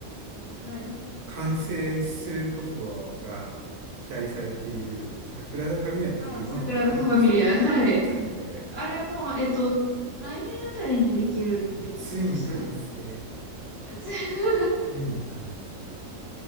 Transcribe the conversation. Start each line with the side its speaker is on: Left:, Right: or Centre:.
Left: はい。
Right: 完成することが期待されているサグラダ・ファミリアって結局どうなったのあれもうできたんだ。
Left: あ、桜田ファミリア。はい。
Right: できたんだっけ、あれ。
Left: あれも、
Right: 結局。
Left: えっと、来年あたりにできるって聞きましたね。
Right: うんついに完成。
Left: <laughs>
Right: ついに完成。